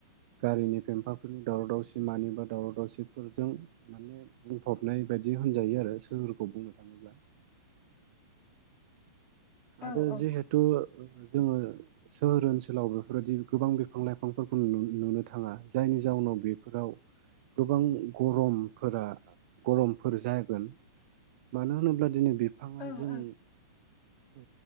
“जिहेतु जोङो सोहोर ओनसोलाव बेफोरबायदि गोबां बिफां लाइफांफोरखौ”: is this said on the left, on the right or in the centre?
Right